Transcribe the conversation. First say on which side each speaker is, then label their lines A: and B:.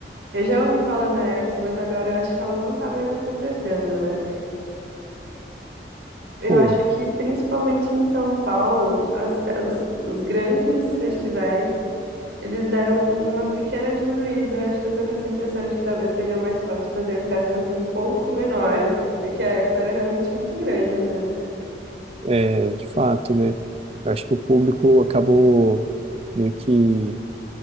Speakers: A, on the right; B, on the right.
A: Eu já ouvi falar na Eric's, mas agora eu acho que ela não tá mais acontecendo, né? Eu
B: Pô,
A: acho que principalmente em São Paulo, as fe- os, os grandes festivais, eles deram uma pequena diminuída. Acho que eu tô com essa impressão de que talvez seja mais fácil fazer festas um pouco menores, porque a Eric's era realmente muito grande, né?
B: é, de fato, né, eu acho que o público acabou meio que